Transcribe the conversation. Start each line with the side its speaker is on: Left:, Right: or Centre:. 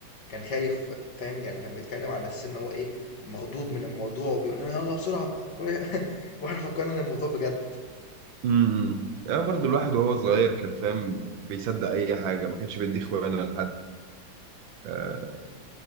Left: كان خايف فاهم يعني كان بيتكلم على اساس ان هو ايه مخضوض من الموضوع وبيقول لنا يلا بسرعه كل... <laughs> واحنا فكرنا ان الموضوع بجد
Right: امم انا برضو الواحد وهو صغير كان فاهم بيصدق اي حاجة ما كانش بيدي اخوانا لحد آه